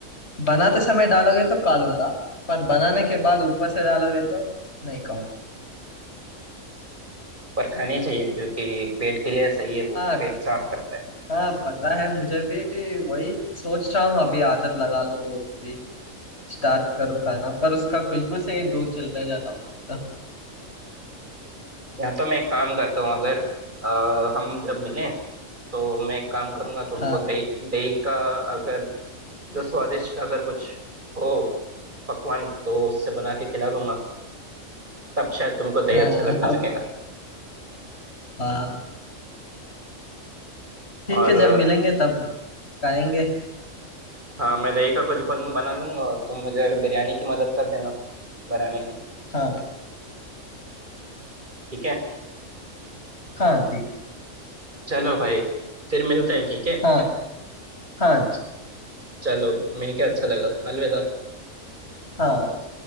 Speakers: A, on the left (about 50°); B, on the right (about 35°).
A: बनाते समय डालोगे तो खा लूंगा पर बनाने के बाद ऊपर से डालोगे तो नहीं खाऊंगा
B: पर खानी चाहिए क्योंकि पेट के लिए सही है वो
A: हाँ
B: पेट साफ करता है
A: हाँ पता है मुझे भी वही सोच रहा हूँ अभी आदत लगा लूँ वो भी स्टार्ट करूँ खाना पर उसका खुशबू से ही दूर चले जाता हूँ मैं तो
B: या तो मैं एक काम करता हूँ अगर अ, हम जब मिलें तो मैं एक काम करूंगा तुमको
A: हाँ
B: दही दही का अगर जो स्वादिष्ट अगर कुछ हो पकवान तो उससे बना के खिला दूंगा तब शायद तुमको दही
A: हाँ
B: अच्छा लगने
A: अब
B: लगेगा
A: हाँ ठीक
B: और
A: है जब मिलेंगे तब खाएंगे
B: हाँ मैं दही का कुछ बन, बना लूंगा और तुम मुझे बिरयानी की मदद कर देना बनाने की
A: हाँ
B: ठीक है
A: हाँ ठीक
B: चलो भाई फिर मिलते हैं ठीक है
A: हाँ हाँ
B: चलो मिलके अच्छा लगा अलविदा
A: हाँ